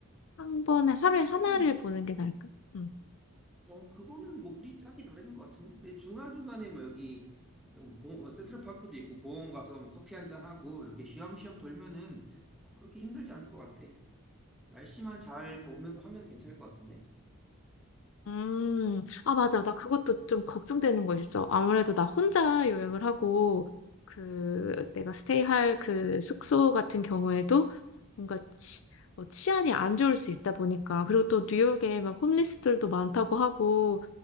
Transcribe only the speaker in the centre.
아니야
그래도 뭐
주-
어, 그거는 뭐 우리 짝이 나름인 것 같은데? 근데 중간중간에 뭐 여기 어, 뭐 공, 센트럴파크도 있고 공원 가서 뭐 커피 한 잔 하고 이렇게 쉬엄쉬엄 돌면은 뭐 그렇게 힘들지 않을 것 같아. 날씨만 잘 보면서 하면 괜찮을 것 같은데?